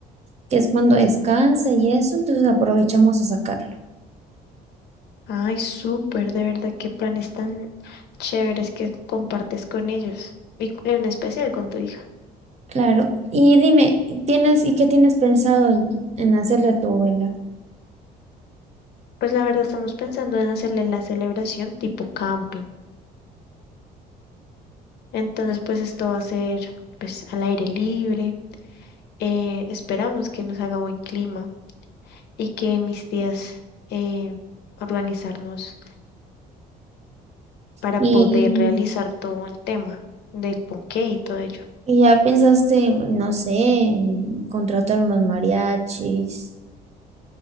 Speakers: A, on the right; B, on the left.
A: que es cuando descansa y eso, entonces aprovechamos a sacarlo.
B: Ay, súper, de verdad, qué planes tan chéveres que compartes con ellos y cu- en especial con tu hija.
A: Claro. Y dime, ¿tienes y qué tienes pensado en en hacerle a tu abuela?
B: Pues la verdad estamos pensando en hacerle la celebración tipo camping. Entonces, pues esto va a ser pues al aire libre. eh, esperamos que nos haga buen clima y que mis tías eh, organizarnos para
A: Y,
B: poder realizar todo el tema del ponqué y todo ello.
A: y ya pensaste, no sé, en contratar unos mariachis.